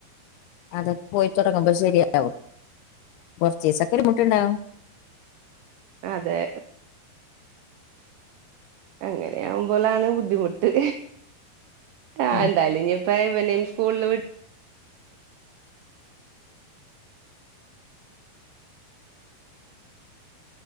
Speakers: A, on the left; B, on the right.
A: അതൊക്ക് പോയി തുടങ്ങുമ്പ ശെരിയാവും കൊറച്ചീസൊക്കെരു ബുദ്ധിമുട്ടുണ്ടാവും
B: അതെ. അങ്ങനെയാവുമ്പോലാണ് ബുദ്ധിമുട്ട് ആഹ്
A: ഉം
B: എന്തായാലും ഇ ഇപ്പ ഇവനെയും സ്കൂളിൽ വി